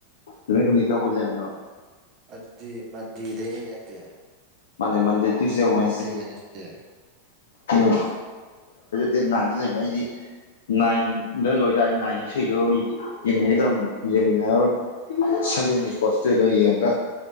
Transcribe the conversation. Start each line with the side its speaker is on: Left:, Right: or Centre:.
Left: ꯑꯗꯨ ꯍꯅꯤꯀꯥ ꯑꯣꯏꯖꯃꯤꯅꯣ
Right: ꯑꯗꯨꯗꯤ ꯃꯟꯗꯤꯔꯗꯩꯅꯤꯅꯦꯗꯤ
Left: ꯃꯥ ꯃꯟꯗꯦ ꯇ꯭ꯌꯨꯁꯗꯦꯋꯦꯟꯁꯦ
Right: ꯋꯦꯅꯁꯗꯦ
Left: ꯎꯝ ꯗꯦꯠ ꯅꯥꯏꯟꯗ ꯂꯩꯕꯅꯦ ꯑꯩꯗꯤ ꯅꯥꯏꯟꯗ ꯂꯣꯏꯇꯥꯔꯦ ꯅꯥꯏꯟ ꯏꯁꯩꯗꯨꯣ ꯌꯦꯡꯟꯅꯈꯤ ꯇꯝꯕꯅꯤ ꯌꯦꯡꯃꯤꯟꯅꯔꯔꯣꯏ ꯁꯚꯦꯟꯒꯤ ꯏꯁꯄꯣꯁꯇꯨꯗ ꯌꯦꯡꯉꯒ